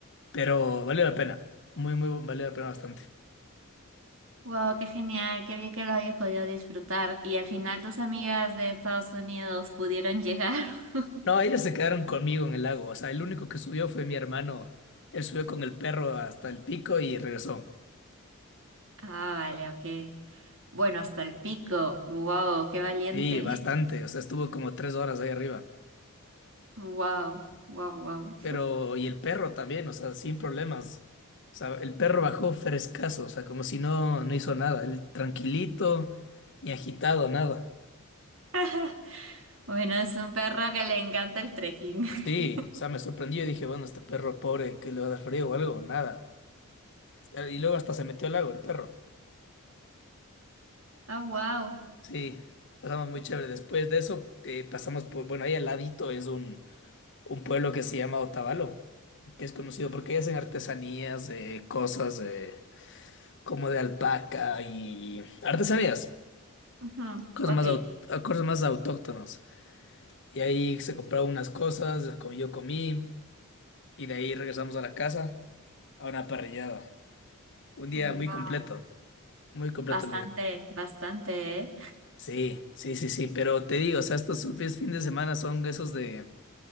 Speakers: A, on the left; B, on the right.
A: Pero valió la pena, muy, muy, valió la pena bastante.
B: Wow, qué genial, qué bien que lo hayas podido disfrutar. Y al final tus amigas de Estados Unidos pudieron llegar. <laughs>
A: No, ellos se quedaron conmigo en el lago, o sea, el único que subió fue mi hermano. Él subió con el perro hasta el pico y regresó.
B: Ah, vale, ok. Bueno, hasta el pico. Wow, qué valiente.
A: Sí, bastante,
B: <laughs>
A: o sea, estuvo como tres horas ahí arriba.
B: Wow, wow, wow.
A: Pero, y el perro también, o sea, sin problemas. O sea, el perro bajó frescazo, o sea, como si no, no hizo nada, él tranquilito, ni agitado, nada.
B: <laughs> Bueno, es un perro que le encanta el trekking. <laughs>
A: Sí, o sea, me sorprendió y dije, bueno, este perro pobre, que le va a dar frío o algo? Nada. Y luego hasta se metió al lago el perro.
B: Ah, wow.
A: Sí, pasamos muy chévere. Después de eso, eh, pasamos por, bueno, ahí al ladito es un, un pueblo que se llama Otavalo, que es conocido porque ahí hacen artesanías, eh, cosas eh, como de alpaca y artesanías,
B: Ujú,
A: cosas
B: Ok.
A: más, au- cosas más autóctonas. Y ahí se compraron unas cosas, co- yo comí, y de ahí regresamos a la casa a una parrillada. Un día
B: Wow.
A: muy completo, muy completo
B: Bastante, bastante, ¿eh?
A: Sí, sí, sí, sí, pero te digo, o sea, estos sub- fines de semana son esos de